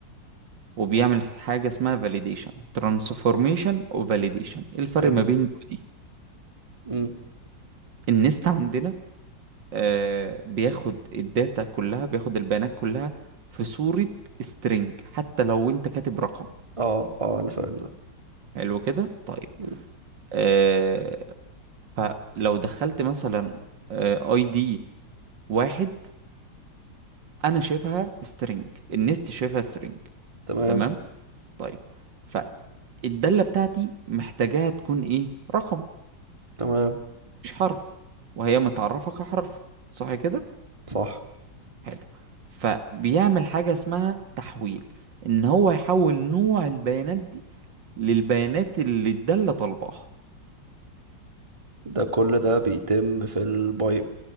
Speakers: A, on the right (about 80°); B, on the right (about 15°).
A: وبيعمل حاجة اسمها فاليديشن ترانسفورميشن وفاليديشن ايه الفرق
B: حلو
A: ما بين دول دي ودي؟
B: امم
A: النست عندنا آه بياخد الداتا كلها بياخد البيانات كلها في صورة سترينج حتى لو انت كاتب رقم
B: اه اه انا فاهم ده
A: حلو كده طيب
B: مم.
A: آه فلو دخلت مثلا آه اي دي واحد انا شايفها سترينج النست شايفها سترينج
B: تمام
A: تمام طيب فالدالة بتاعتي محتاجاها تكون ايه رقم
B: تمام
A: مش حرف وهي متعرفة كحرف صح كده
B: صح
A: حلو فبيعمل حاجة اسمها تحويل ان هو يحول نوع البيانات دي للبيانات اللي الدالة طالباها
B: ده كل ده بيتم في البايب